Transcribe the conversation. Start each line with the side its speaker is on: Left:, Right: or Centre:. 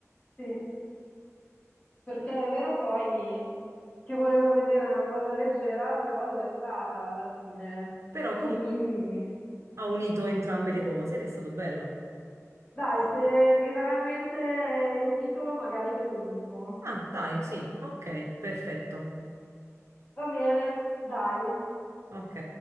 Left: Sì, perché è vero poi che volevo vedere una cosa leggera, però lo è stata alla fine.
Right: Però
Left: Quindi
Right: comunque ha unito entrambe le cose ed è stato bello.
Left: dai, se mi verrà in mente il titolo magari te lo dico.
Right: Ah, dai, sì, ok, perfetto.
Left: Va bene, dai.
Right: Ok.